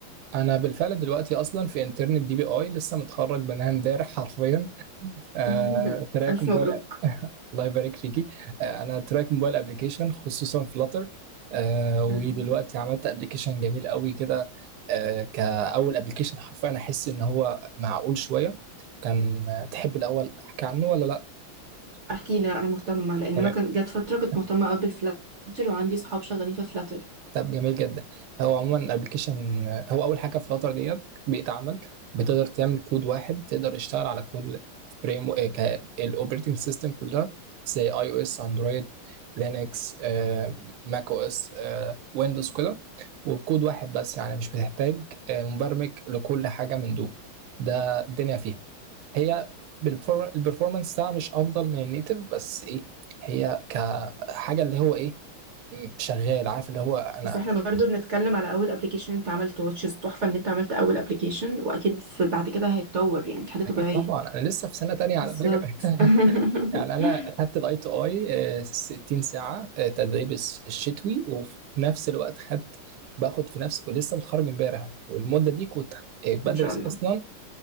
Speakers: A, on the right (about 85°); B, on the right (about 65°).
A: انا بالفعل دلوقتي اصلا في انترنت دي بي اي لسه متخرج منها امبارح حرفيا آه،
B: <laughs>
A: تراك
B: الف
A: موبايل
B: مبروك
A: الله يبارك فيكي آه، انا تراك موبايل ابلكيشن خصوصا فلاتر آه، ودلوقتي
B: مم.
A: عملت ابلكيشن جميل قوي كده آه، كاول ابلكيشن حرفيا احس ان هو معقول شويه كان آه، تحب الاول احكي عنه ولا لا
B: احكي لي انا مهتمه لان
A: تمام
B: انا كان جت فتره كنت
A: طيب.
B: مهتمه قوي بالفلاتر وعندي صحاب شغالين في فلاتر
A: طب جميل جدا هو عموما الابلكيشن هو اول حاجه فلاتر ديت بيئه عمل بتقدر تعمل كود واحد تقدر تشتغل على كل فريم الاوبريتنج سيستم كلها زي اي او اس اندرويد لينكس ماك او اس ويندوز كده وبكود واحد بس يعني مش بتحتاج آه، مبرمج لكل حاجه من دول ده الدنيا فيها هي بالبرفور- البرفورمانس بتاعها مش افضل من النيتف بس ايه هي كحاجه اللي هو ايه شغال عارف اللي هو انا
B: بس احنا برضو بنتكلم على اول ابلكيشن انت عملته وتشيز تحفة ان انت عملت اول ابلكيشن واكيد في بعد كده هيتطور يعني دي حاجة طبيعية
A: اكيد طبعا انا لسه في سنه تانية على
B: بالظبط
A: فكره <laughs>
B: <laughs>
A: يعني انا خدت الاي تو اي 60 ساعه آه، تدريب الس- الشتوي وفي نفس الوقت خدت باخد في نفس ولسه متخرج امبارح والمده دي كنت آه، بدرس
B: ان شاء الله
A: اصلا